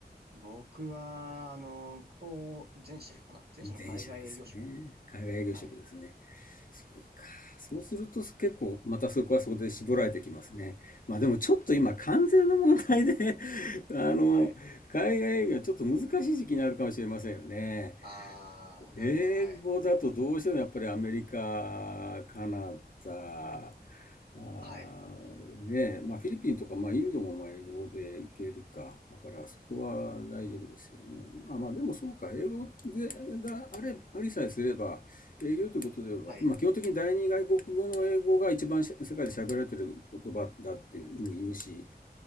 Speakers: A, on the right; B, on the left.
A: 僕は、あの、こう、前者かな前者の海外営業職。
B: 前者ですね海外営業職ですね
A: はい。
B: そうか。そうすると結構またそこはそこで絞られてきますね。まあでもちょっと今関税の問題で <laughs> あの、
A: はい。
B: 海外営業はちょっと難しい時期になるかもしれませんよね。
A: ああ、なるほど。
B: 英語だとどうしてもやっぱりアメリカ、
A: はい。
B: カナダ、あーねえ、
A: はい。
B: まあフィリピンとか、まあインドもまあ英語でいけるか。だからそこは大丈夫ですよね。まあまあでもそうか、英語でがあれ、
A: うん、
B: ありさえすれば、英語ということでは、
A: はい。
B: まあ基本的に第二外国語の英語が一番世界で喋られてる言葉だっていうふうに言うし、